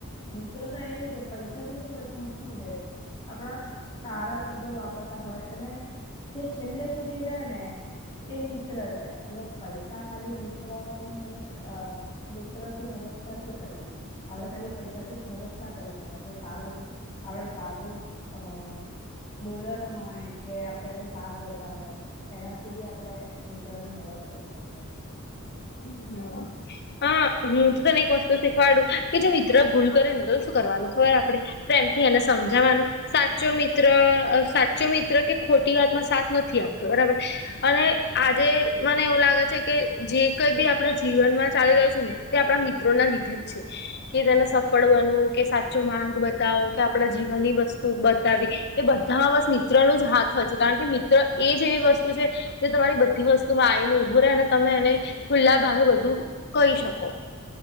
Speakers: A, on the left; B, on the left.
A: મિત્રતા તો એવું છે. પૈસા થી ની વધતું- શું છે? આપણા સારા શબ્દો વાપરતા હોય, અને- જે છેલ્લે સુધી રે ને- એ મિત્ર છે. અને પૈસા ખાલી મિત્રની મ- અ મિત્રથી મદદ નથી થતી, આપડે ખાલી પૈસા- મદદ ના કરી શકાય, આપ સારું આપણા સારું અ- બોલો નો હોય, કે આપે સાથ દેતા હોય- એનાથી બી, પણે મિત્રો ની મદદ કરી શકીએ છીએ.
B: હમ્મ. હા, હું તો તને એક વસ્તુ શીખવાડું, કે જો મિત્ર ભૂલ કરે ને તો શું કરવાનું ખબર આપડે- પ્રેમથી એને સમજાવાનું- સાચો મિત્ર સાચો મિત્ર, કે ખોટી વાતમાં સાથ નથી આપતો બરાબર. અને, આજે મને એવું લાગે છે, કે જે કઈ બી આપણા જીવનમાં ચાલી રહ્યો છે ને? - -તે આપણા મિત્રો ના લીધે જ છે. કે તેને સફળ બનવું, કે સાચો માર્ગ બતાવો કે, આપણા જીવનની વસ્તુ બતાવી- એ બધા અવાસ મિત્રનો જ હાથ હોય છે. કારણ કે મિત્ર એ જ એવી વસ્તુ છે- જે તમારી બધી વસ્તુમાં આવીને ઉભું રહેે, અને તમે એને ખુલ્લા ભાવે બધું કહી શકો.